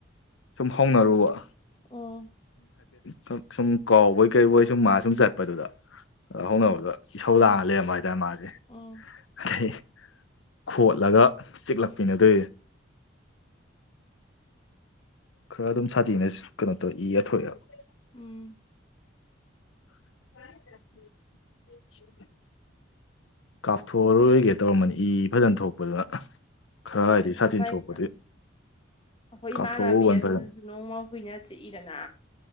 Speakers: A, on the left; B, on the left.
A: ꯁꯨꯝ ꯍꯧꯅꯔꯨꯕ
B: ꯎꯝ
A: ꯈ ꯁꯨꯝ ꯀꯥꯎꯕꯣꯏ ꯀꯩꯔꯤꯕꯣꯏ ꯁꯨꯝ ꯃꯥ ꯁꯨꯝ ꯆꯠꯄꯗꯨꯗ ꯑ ꯍꯧꯅꯕꯗ ꯏꯁꯧ ꯂꯥꯡꯉ ꯂꯩꯔꯝꯕ ꯍꯥꯏꯇꯥꯔꯦ ꯃꯥꯁꯦ
B: ꯎꯝ
A: ꯑꯗꯩ ꯈꯣꯠꯂꯒ ꯆꯤꯛꯂꯛꯃꯤꯅꯗꯦ ꯈꯔ ꯑꯗꯨꯝ ꯁꯥꯊꯤꯅ ꯀꯩꯅꯣ ꯇꯧꯔꯛꯏ ꯌꯥꯊꯣꯛꯑꯦꯕ
B: ꯎꯝ
A: <unintelligible> ꯀꯥꯞꯊꯣꯛꯔꯣꯏꯒꯦ ꯇꯧꯔꯝꯕꯅꯤ ꯏ ꯐꯖꯅ ꯊꯣꯛꯄꯗꯨꯅ ꯈꯔ
B: ꯍꯣꯏ
A: ꯍꯥꯏꯗꯤ
B: ꯑꯗꯨꯅ
A: ꯁꯥꯇꯤꯟ
B: ꯄꯥꯏ
A: ꯁꯣꯛꯄꯗꯨ
B: ꯑꯩꯈꯣꯏ
A: ꯀꯥꯞꯊꯣꯛꯎꯕꯅ
B: ꯏꯃꯥꯟꯅꯕꯤ ꯑꯗꯨꯅꯁꯨ
A: ꯐꯖꯅ
B: ꯅꯣꯡꯃ ꯀꯨꯏꯅ ꯆꯤꯛꯏꯗꯅ